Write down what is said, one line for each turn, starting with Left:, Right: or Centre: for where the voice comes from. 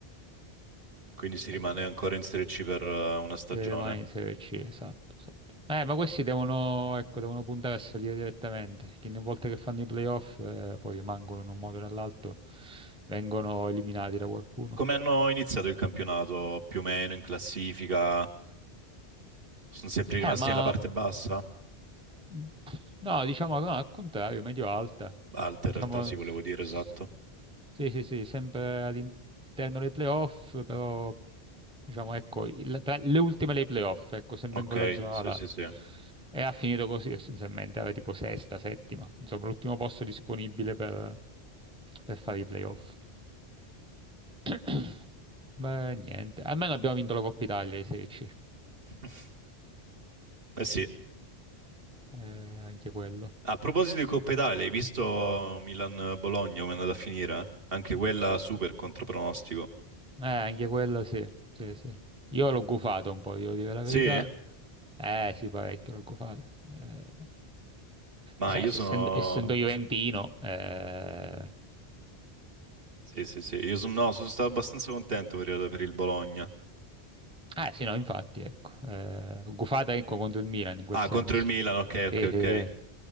Right: Quindi si rimane
Centre: Eh,
Right: ancora in Serie C per eh, una stagione.
Centre: se rimane in Serie C, esatto, esatto. Eh, ma questi devono, ecco, devono puntare a salire direttamente, perché ogni volta che fanno i playoff, eh, poi rimangono in un modo o nell'altro, vengono eliminati da qualcuno.
Right: Come hanno iniziato il campionato? Più o meno in classifica? Sono sempre
Centre: Eh,
Right: rimasti
Centre: ma
Right: nella parte bassa?
Centre: Mm, No, diciamo no, al contrario, medio alta.
Right: Alta
Centre: Diciamo
Right: in realtà, sì, volevo dire,
Centre: s-
Right: esatto.
Centre: sì, sì, sì, sempre all'interno dei playoff, però diciamo ecco, il- tra le ultime dei playoff, ecco, sempre
Right: Ok,
Centre: in quella zona
Right: sì,
Centre: là.
Right: sì, sì.
Centre: E ha finito così essenzialmente, era tipo sesta, settima, insomma, l'ultimo posto disponibile per, per fare i playoff. <clears throat> Beh, niente, almeno abbiamo vinto la Coppa Italia di Serie C,
Right: <laughs> Eh sì,
Centre: Eh, anche quello.
Right: A proposito di Coppa Italia, hai visto Milan-Bologna come è andata a finire? Anche quella super contropronostico.
Centre: Eh, anche quello sì, sì, sì. Io l'ho gufato un po', devo dire la
Right: Sì?
Centre: verità. Eh sì, parecchio l'ho gufato. Eh,
Right: Ma
Centre: sai,
Right: io
Centre: se-
Right: sono...
Centre: essendo, essendo juventino, eh...
Right: Sì, sì, sì. Io sono... No, sono stato abbastanza contento per, per il Bologna.
Centre: eh, sì, no, infatti, ecco. Eh, l'ho gufata, ecco, contro il Milan in quel
Right: Ah,
Centre: senso.
Right: contro il Milan, ok, ok,
Centre: Sì, sì,
Right: ok.
Centre: sì.